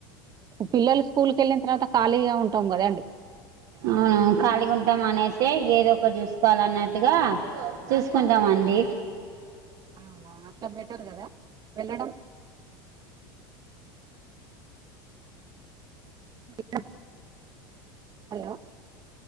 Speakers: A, on the right; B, on the right.
A: పల్లలు స్కూల్ కి వెళ్ళిన తర్వాత ఖాగా ఉంటాం కదా అండి
B: అవును ఖాళీ ఉంటాం అనేసి ఏదో ఒక చూసుకోవాల అన్నట్టుగా చూసుకుంటామండి
A: అవునా అంత బెటర్ కదా వెళ్ళడం <unintelligible> హలో